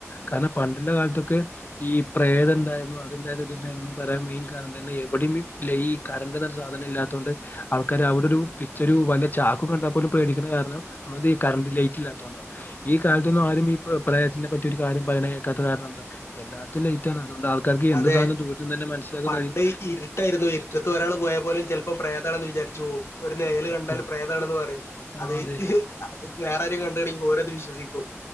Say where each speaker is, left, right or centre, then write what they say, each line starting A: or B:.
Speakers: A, on the left; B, on the left.
A: കാരണം പണ്ട്ല്ല കാലത്തൊക്കെ ഈ പ്രേതം ഉണ്ടായിരുന്നു അത്ണ്ടായിരുന്നു ത്ണ്ടായിരുന്നു പറയാൻ മെയിൻ കാരണം തന്നെ എവിടെയും ഈ കരണ്ട് പറയണ സാധനം ഇല്ലാത്തൊണ്ട് ആൾക്കാര് അവിടെ
B: ഉം
A: ഒരു പിക്ച്ച ഒരു വ ചാക്ക് കണ്ടാൽ പോലും പേടിക്കുന്ന കാരണം ഒന്നാമത് ഈ കറണ്ട് ലൈറ്റ് ഇല്ലാത്തത് കൊണ്ടാ ഈ കാലത്തൊന്നും ആരും
B: ഉം
A: ഈ പ്രേതത്തിന്റെ പറ്റി ഒരു കാര്യം പറയണ കേൾക്കാത്തത് കാരണം എന്താ എല്ലാടത്തും ലൈറ്റ് ആണ് അതുകൊണ്ട് ആൾക്കാർക്ക് എന്ത്
B: അതെ
A: സാധനം ദൂരത്ത് നിന്ന് തന്നെ മനസ്സിലാക്കാൻ
B: പണ്ട്
A: കഴിയും
B: ഇരുട്ടായിരുന്നു ഇരുട്ടത്ത് ഒരാള് പോയാൽ പോലും ചിലപ്പോ പ്രേതാണെന്ന് വിചാരിച്ചു പോവും ഒരു നിയൽ
A: സത്യം
B: കണ്ടാൽ പ്രേതാണെന്ന് പറയും
A: ആ
B: അത്
A: അതെ
B: വേറെ ആരി കണ്ടിണെങ്കിൽ ഓരത് വിശ്വസിക്കും